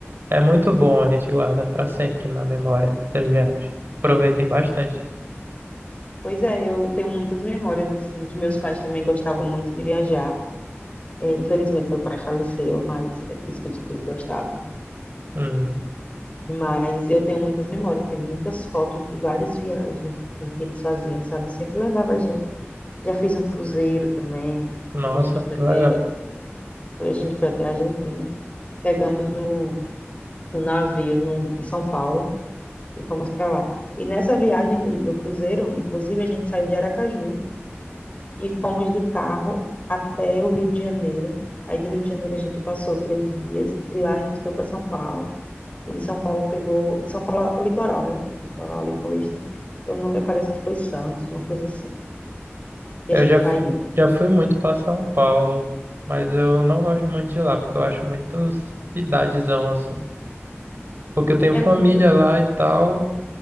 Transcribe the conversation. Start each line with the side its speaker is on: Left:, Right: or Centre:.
Right: é muito bom, a gente guarda para sempre na memória essas viagens. Aproveitem bastante.
Left: Pois é, eu tenho muitas memórias, assim, que meus pais também gostavam muito de viajar. É, infelizmente, meu pai faleceu, mas é por isso que eu digo que eles gostavam.
Right: Hum,
Left: Mas eu tenho muitas memórias, tenho muitas fotos de várias viagens em que eles faziam, sabe? Sempre levava a gente. Já fiz um cruzeiro também.
Right: nossa,
Left: A gente foi
Right: que
Left: até,
Right: legal.
Left: a gente foi até a Argentina. Pegamos um, um navio no, em São Paulo e fomos para lá. E nessa viagem de- do cruzeiro, inclusive, a gente saiu de Aracaju. e fomos de carro até o Rio de Janeiro. Aí do Rio de Janeiro a gente passou três dias, de lá a gente foi para São Paulo, e de São Paulo pegou, de São Paulo, o litoral, né? Litoral ali paulista. Eu não lembro, parece que foi Santos, uma coisa assim. E
Right: Eu
Left: a gente
Right: já,
Left: saiu.
Right: fu- já fui muito para São Paulo, mas eu não gosto muito de lá, porque eu acho muito cidadezão assim. Porque eu tenho
Left: É
Right: família
Left: muito
Right: lá e tal,